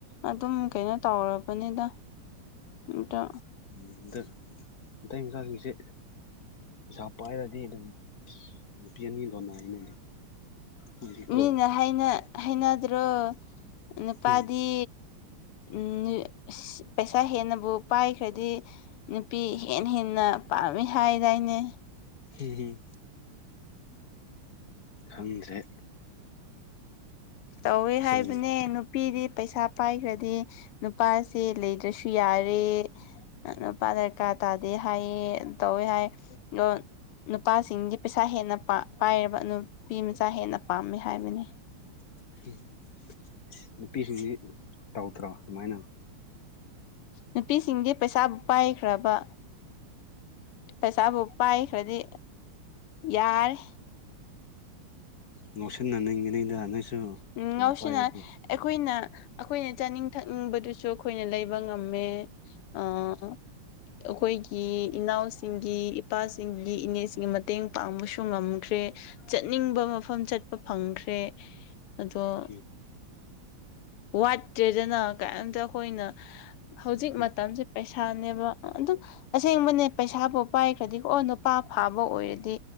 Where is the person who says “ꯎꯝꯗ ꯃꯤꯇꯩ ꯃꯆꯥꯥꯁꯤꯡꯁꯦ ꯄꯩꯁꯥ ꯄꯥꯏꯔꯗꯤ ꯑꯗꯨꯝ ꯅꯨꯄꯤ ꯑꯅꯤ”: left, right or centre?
Left